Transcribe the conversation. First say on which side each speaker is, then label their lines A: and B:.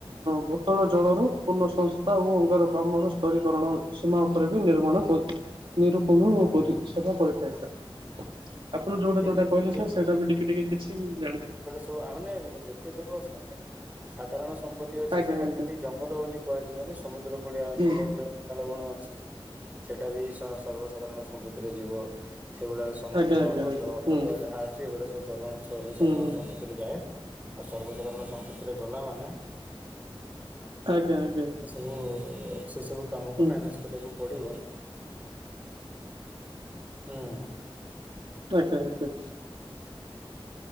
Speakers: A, on the right (about 65°); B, on the right (about 15°).
A: ଭୂତଳ ଜଳର ପୂର୍ଣ୍ଣ ସଂସ୍ଥା ଓ ଅଙ୍ଗାର କାମ ସ୍ତରୀକରଣ ସୀମା ଉପରେ ବି ନିର୍ମାଣ ନିରୂପଣ କରି ସେବା କରିଥାଏ। ଆପଣ ଯୋଉଟା
B: ଠିକ
A: ଯୋଉଟା କହିଲେ
B: ଠିକ
A: ସାର୍, ସେଇଟା ବି ଟିକେ ଟିକେ କିଛି ଜାଣି
B: ତ ଆମାନେ ଯେତେ ଯବ ସାଧାରଣ ସମ୍ପତ୍ତି ଅଛି
A: ଆଜ୍ଞା
B: ସେଟା
A: ଆଜ୍ଞା
B: ଖାଲି ଜଙ୍ଗଲ ବୋଲି କୁହାଯିବନି, ସମୁଦ୍ର କୁଳିଆ ଅଞ୍ଚଳରେ
A: ହୁଁ
B: ଯୋଉ ହେନ୍ତାଳ ବଣ ଅଛି ସେଟା ବି ସର୍ବସାଧାରଣ ସମ୍ପତିରେ ଯିବ ସେଭଳି ସମୁଦ୍ର
A: ଆଜ୍ଞା ଆଜ୍ଞା
B: ହ୍ରଦ
A: ଆଜ୍ଞା
B: ହ୍ରଦ
A: ହୁଁ
B: ଯାହା ଅଛି ଏ ଗୁଟେ ସବୁ ସର-ସର୍ବସାଧାରଣ
A: ହୁଁ ହୁଁ
B: ଯାଏ, ଆଉ ସର୍ବସାଧାରଣ ସମ୍ପତିରେ ଗଲା ମାନେ
A: ଆଜ୍ଞା ଆଜ୍ଞା।
B: ସବୁ ସେ ସବୁ କାମ କୁ
A: ହୁଁ
B: ମାନେଜ କରିବାକୁ ପଡିବ ହୁଁ
A: ଆଜ୍ଞା ଆଜ୍ଞା।